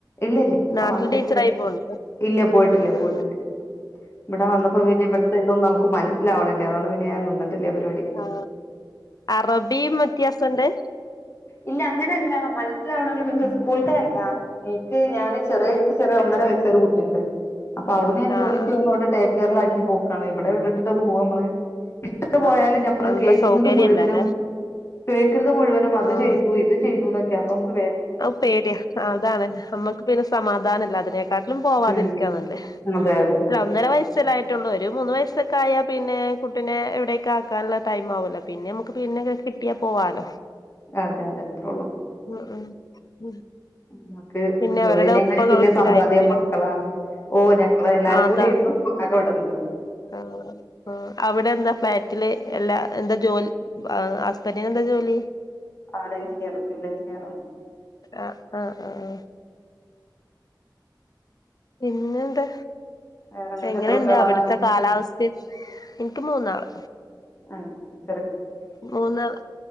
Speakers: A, on the left (about 35°); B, on the left (about 55°).
A: ഇല്ല ഇല്ല ഇപ്പൊ
B: നാട്ടിൽ
A: വന്നിട്ട്
B: ടീച്ചറായി പോവണ്ട്
A: ഇല്ല പോയിട്ടില്ല
B: ആ ആ
A: പോയിട്ടില്ല ഇവിടെ വന്നപ്പോ പിന്നെ ഇവിത്തെ ഇതൊന്നും നമുക്ക് മനസിലാവണില്ല അതുകൊണ്ട് പിന്നെ ഞാൻ നിന്നിട്ടില്ല പരിപാടി
B: ആ അറബിയും വ്യത്യാസം ഉണ്ട്
A: ഇല്ല അങ്ങനെയല്ല മനസ്സിലാവണെങ്കില് പിന്നെ സ്കൂളിൾത്തെ എന്നാ എനിക്ക് ഞാന് ചെറിയ
B: ആഹ്
A: ചെറിയ ഒന്നരവയസ്സായ ഒരു കുട്ടിണ്ട് അപ്പ അവിടന്ന് ഞാൻ
B: ആഹ്
A: ജോലിക്കു പോകുമ്പോ അവിടെ ഡേകെയറിലാക്കി പോക്കാണ് ഇവിടെ എവിടെയിട്ടിട്ടാ പോവാ മ്മള് ഇട്ടിട്ടു പോയാലും
B: ആഹ്
A: ഞമ്മള്
B: നല്ല
A: കേക്കുന്നത്
B: സൗകര്യല്ലല്ലേ
A: മുഴുവനും കേക്കു ന്നതുമുഴുവനും അത്
B: ആ
A: ചെയ്തു ഇതുചെയ്തു എന്നൊക്കെയാ അപ്പൊ നമുക്കു
B: പേടിയാ അതാണ് നമ്മുക്ക് പിന്നെ സമാധാനമില്ല അതിനേക്കാട്ടിലും പോവാതിരിക്കാ
A: ഉം
B: നല്ലെ
A: അതെ അതെ
B: അല്ല ഒന്നര വയസ്സല്ലേ ആയിട്ടൊള്ളു ഒരു മൂന്നുവയസ്സൊക്കെ ആയാ പിന്നെ കുട്ടിനെ ഇവിടേക്ക് ആക്കാനുള്ള ടൈമാവുവല്ലോ പിന്നെ നമുക്ക് പിന്നെ കിട്ടിയാ പോവാലോ
A: അതെ അതെ അത്രേള്ളൂ
B: ഉം ഉം ഉം
A: നമുക്ക്
B: പിന്നെ
A: ജോലിനേക്കാളും
B: അവരുടെ ഉപ്പ
A: വലൃ
B: ഗൾഫിലായിരിക്കൂലേ
A: സമ്പാദ്യം മക്കളാണ് ഓ ഞങ്ങള് എല്ലാരും
B: ആ അതാണ്
A: കൂടെയായിരുന്നു ഇപ്പ കാക്ക ഇവിടൊണ്ട്
B: ആ ആ അവിടെയെന്താ ഫ്ലാറ്റില് എല്ലാ എന്താ ജോലി വാഹ് ഹസ്ബന്റിന് എന്താ ജോലി
A: അവിടെ എഞ്ചിനീയർ സിവിൽ എഞ്ചിനീയർ ആണ്
B: ആഹ് ആഹ് ആഹ് പിന്നെ എന്താ
A: വേറെ നിങ്ങൾക്ക്
B: എങ്ങനെയുണ്ട്
A: എത്ര കുട്ടികളാണ്
B: അവിടുത്തെ കാലാവസ്ഥ എനിക്ക് മൂന്നാള്
A: ആഹ് ആഹ്
B: മൂന്നാള്